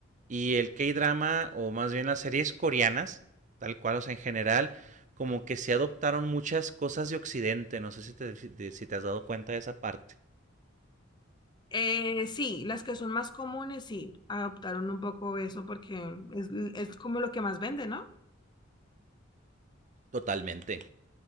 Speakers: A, on the right (about 35°); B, on the left (about 20°).
A: Y el K-drama, o más bien las series coreanas, tal cual, o sea, en general, como que se adoptaron muchas cosas de Occidente. No sé si te, de- si te has dado cuenta de esa parte.
B: Eh, sí, las que son más comunes, sí, adoptaron un poco eso porque es, es como lo que más vende, ¿no?
A: Totalmente.